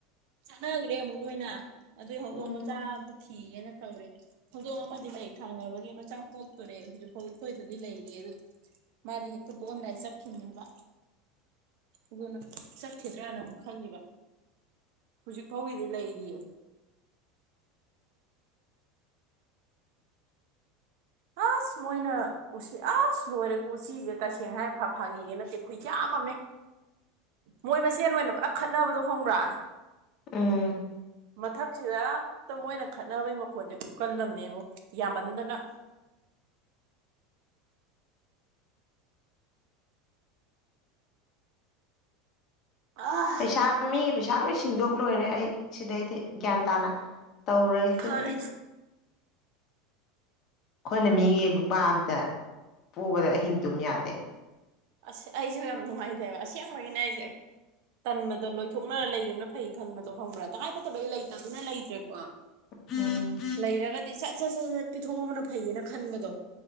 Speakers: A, on the right (about 65°); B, on the left (about 45°).
A: ꯆꯠꯅꯈ꯭ꯔꯦ ꯑꯃꯨꯛ ꯂꯣꯏꯅ ꯑꯗꯨꯏ ꯍꯧꯗꯛ
B: ꯎꯝ
A: ꯃꯆꯥꯇ ꯊꯤꯒꯦꯅ ꯀꯧꯔꯦ ꯊꯧꯗꯣꯡ ꯑꯃꯗꯤ ꯂꯩ ꯊꯥꯡꯅꯕꯒꯤ ꯃꯆꯥꯛ ꯄꯣꯇꯣꯔꯦ ꯍꯧꯖꯤꯛꯐꯥꯎ ꯁꯣꯏꯗꯗꯤ ꯂꯩꯔꯤ ꯑꯗꯨ ꯃꯥꯒꯤ ꯍꯦꯛꯇꯣ ꯣꯟꯗꯥ ꯍꯥꯏ ꯆ ꯈꯈꯤꯅꯤꯕ ꯑꯗꯨꯅ ꯆꯠꯈꯤꯗ꯭ꯔꯅ ꯑꯃꯨꯛ ꯈꯜꯂꯤꯕ ꯍꯧꯖꯤꯛ ꯐꯥꯎꯒꯤꯗꯤ ꯂꯩꯔꯤꯌꯦ ꯑꯁ ꯃꯣꯏꯅ ꯎꯁꯤ ꯑꯁ ꯂꯣꯏꯔꯦꯀꯣ ꯎꯆꯤꯁꯦ ꯇꯁꯦꯡꯅ ꯍꯥꯏ ꯐ ꯐꯥꯒꯤꯌꯦ ꯅꯠꯇꯦ ꯑꯩꯈꯣꯏ ꯌꯥꯝꯑꯝꯃꯦ ꯃꯣꯏ ꯃꯁꯦꯟ ꯑꯣꯏꯅ ꯄꯨꯂꯞ ꯈꯠꯅꯕꯗꯣ ꯈꯪꯕ꯭ꯔꯥ
B: ꯎꯝ
A: ꯃꯊꯛꯁꯤꯗ ꯇ ꯃꯣꯏꯅ ꯈꯠꯅꯕꯩ ꯃꯈꯣꯟꯁꯦ ꯈꯨꯀꯜꯂꯝꯅꯦꯕ ꯌꯥꯝꯃꯟꯗꯅ ꯑꯥ
B: ꯄꯩꯁꯥ ꯃꯤꯒꯤ ꯄꯩꯁꯥ ꯂꯣꯏ ꯁꯤꯟꯗꯣꯛ ꯂꯣꯏꯔꯦ ꯑꯩ ꯁꯤꯗꯩꯗꯤ ꯒ꯭ꯌꯥꯟ ꯇꯥꯅ ꯇꯧꯔꯒꯦ
A: ꯐꯔꯦ
B: ꯇꯨꯃꯤꯟꯅ ꯑꯩꯈꯣꯏꯅ ꯃꯤꯒꯤ ꯂꯨꯄꯥ ꯑꯝꯇ ꯄꯨꯕꯗ ꯑꯍꯤꯡꯗꯨꯝ ꯌꯥꯗꯦ
A: ꯑꯁ ꯑꯩꯁꯨ ꯌꯥꯝ ꯅꯨꯡꯉꯥꯏꯇꯦꯕ ꯑꯁꯦꯡꯕꯒꯤꯅꯦ ꯑꯩꯁꯦ ꯇꯟꯕꯗꯣ ꯂꯣꯏꯊꯣꯛꯅ ꯂꯩꯈꯤꯕꯅ ꯐꯩ ꯈꯟꯕꯗꯣ ꯍꯪꯕ꯭ꯔꯥ ꯇꯉꯥꯏ ꯐꯗꯕ ꯑꯩ ꯂꯩꯇꯗꯨꯅ ꯂꯩꯇ꯭ꯔꯦꯀꯣ
B: ꯎꯝ
A: ꯂꯩꯔꯒꯗꯤ ꯁꯠ ꯁꯠ ꯁꯠ ꯁꯠ ꯄꯤꯊꯣꯛꯑꯕꯅ ꯐꯩꯌꯦꯅ ꯈꯟꯕꯗꯣ